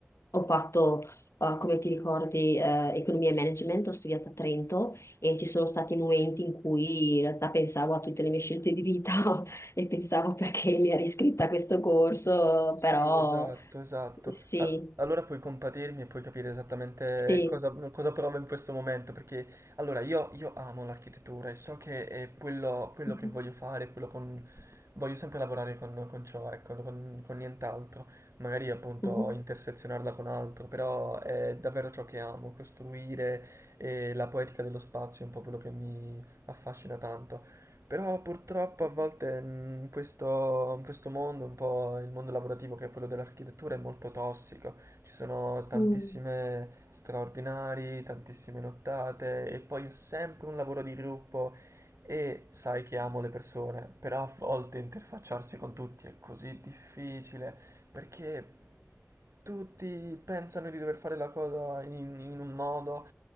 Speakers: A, on the left (about 70°); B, on the right (about 75°).
A: Ho fatto, eh, come ti ricordi, eh, economia e management, ho studiato a Trento e ci sono stati momenti in cui in realtà pensavo a tutte le mie scelte di vita <laughs> e pensavo perché mi ero iscritta a questo corso,
B: Sì,
A: però
B: esatto, esatto.
A: sì,
B: A- allora puoi compatirmi e puoi capire esattamente
A: sì.
B: cosa, cosa provo in questo momento, perché allora io, io amo l'architettura e so che è quello, quello
A: Mhm,
B: che voglio fare, quello con... voglio sempre lavorare con, con ciò, ecco, con, con nient'altro, magari appunto
A: mhm.
B: intersezionarla con altro, però è davvero ciò che amo, costruire e la poetica dello spazio è un po' quello che mi affascina tanto. Però purtroppo a volte mh, in questo, in questo mondo, un po' il mondo lavorativo che è quello dell'architettura, è molto tossico. Ci sono tantissime
A: 嗯嗯嗯哼嗯。
B: straordinari, tantissime nottate e poi è sempre un lavoro di gruppo e sai che amo le persone, però a volte interfacciarsi con tutti è così difficile perché tutti pensano di dover fare la cosa in, in un modo,